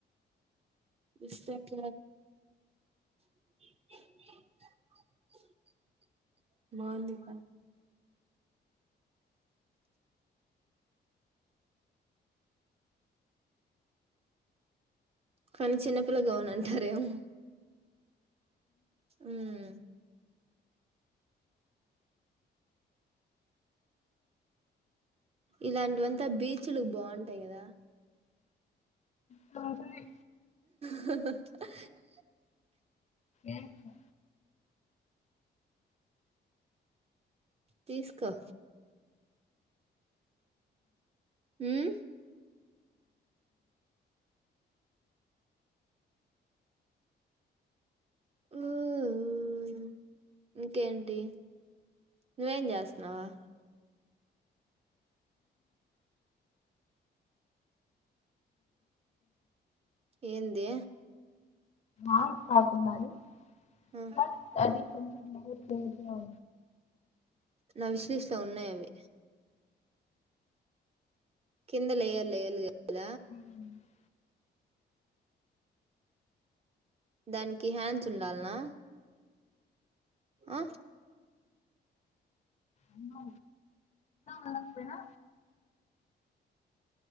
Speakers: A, on the right; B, on the left.
A: బస్తా క <inaudible> <inaudible> బాగుంది కా కానీ చిన్నపిల్ల గౌన్ అంటారేమో ఉమ్ ఇలాంటివంతా బీచ్లు బావుంటాయి కదా
B: టంకలీ
A: హహహ్
B: ఏమో
A: తీస్కో ఉమ్ ఉవువ్ ఇంకేంటి నువ్వేం చేస్తున్నావా ఏంది
B: ఆ పాకుండాాలి
A: ఆ
B: పట్అది పొ తెజ ఉ
A: నా విష్ లిస్ట్ లోఉన్నాయి అవి కింద లె యలెఎల్ అద
B: ఉంది
A: దానికి హ్యాండ్స్ ఉండాలనా ఆ
B: ఉన్నా ఉండకపోయినా